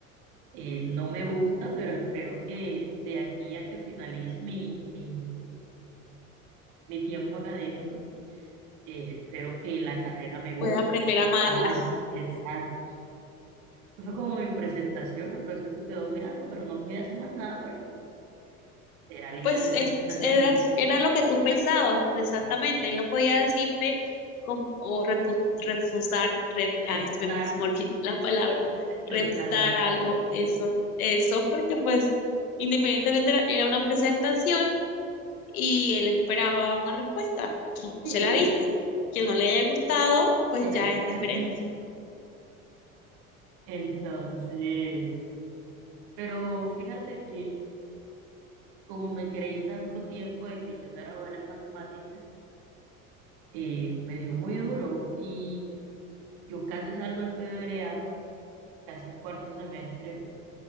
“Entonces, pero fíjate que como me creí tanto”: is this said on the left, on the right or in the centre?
Right